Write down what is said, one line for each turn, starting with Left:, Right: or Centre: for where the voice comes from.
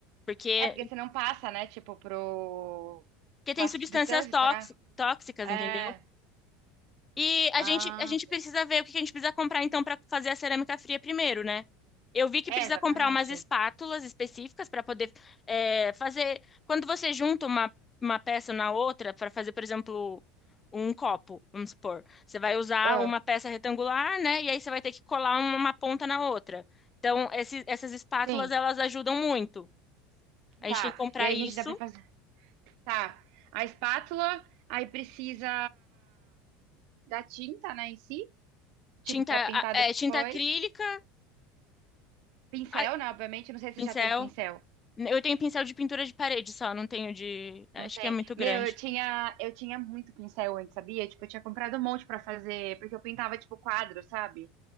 Left: porque
Right: É, porque você não passa, né, tipo, pro.
Left: porque tem
Right: Passa
Left: substâncias
Right: substância,
Left: tóx-
Right: será?
Left: tóxicas,
Right: É.
Left: entendeu? E a
Right: Ah,
Left: gente, a gente precisa ver o que que a gente precisa comprar, então, para fazer a cerâmica fria primeiro, né? Eu vi que
Right: é,
Left: precisa
Right: exatamente.
Left: comprar umas espátulas específicas para poder é, fazer. Quando você junta uma, uma peça na outra, para fazer, por exemplo, um copo, vamos supor, você vai usar
Right: Ah,
Left: uma peça retangular, né? E aí você vai ter que colar uma, uma ponta na outra. Então, esses, essas espátulas,
Right: sim.
Left: elas ajudam muito. A gente
Right: Tá.
Left: tem que comprar
Right: E aí
Left: isso,
Right: a gente dá pra fazer. Tá. A espátula, aí precisa da tinta, né, em si, tipo,
Left: tinta,
Right: pra pintar
Left: a- é,
Right: depois.
Left: tinta acrílica,
Right: Pincel,
Left: a-
Right: né, obviamente. eu Não sei se
Left: pincel.
Right: já tem pincel.
Left: Eu tenho pincel de pintura de parede só, não tenho de. Acho
Right: Não tem.
Left: que é muito grande.
Right: Meu, eu tinha, eu tinha muito pincel antes, sabia? Tipo, eu tinha comprado um monte pra fazer, porque eu pintava, tipo, quadro, sabe?